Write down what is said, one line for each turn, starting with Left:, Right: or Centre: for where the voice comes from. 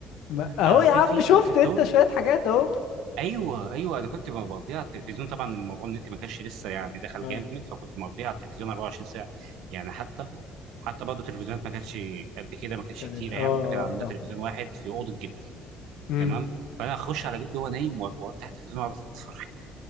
Left: ما... اهو
Right: آه
Left: يا
Right: في
Left: عم
Right: في
Left: شفت
Right: في كرتون
Left: انت شوية حاجات اهو
Right: ايوه ايوه انا كنت مقضيها على التلفزيون طبعا الموضوع النت ما كانش لسه يعني دخل
Left: اه
Right: جامد فكنت مقضيها على التلفزيون 24 ساعه يعني حتى حتى برضه التلفزيونات ما كانتش قد كده ما كانتش
Left: كانت
Right: كتيره
Left: اه
Right: يعني فكان عندنا
Left: اه اه
Right: تلفزيون واحد في اوضه جدي
Left: امم.
Right: تمام فانا اخش على جدي وهو نايم وأ- وافتح التلفزيون واقعد اتفرج